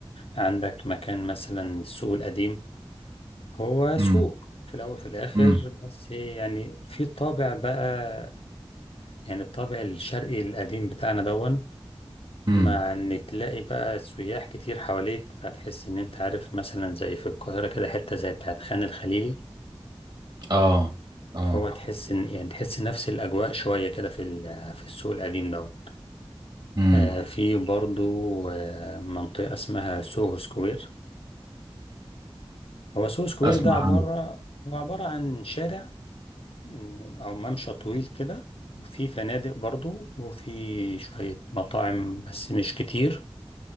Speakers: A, on the left; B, on the right.
A: عندك مكان مثلا السوق القديم هو سوق
B: امم
A: في الأول وفي الآخر
B: امم
A: بس يعني في طابع بقى يعني الطابع الشرقي القديم بتاعنا دون
B: امم
A: مع إن تلاقي بقى سياح كتير حواليك فتحس إن أنت عارف مثلا زي في القاهرة كده حتة زي بتاعت خان الخليلي
B: اه اه
A: فهو تحس إن يعني تحس نفس الأجواء شوية كده في ال- في السوق القديم دون
B: امم
A: آه، في برضو آه، منطقة اسمها سوهو سكوير هو سوهو سكوير
B: اسمع
A: ده عبارة
B: عنه
A: هو عبارة عن شارع مم، أو ممشى طويل كده وفي فنادق برضو وفي شوية مطاعم بس مش كتير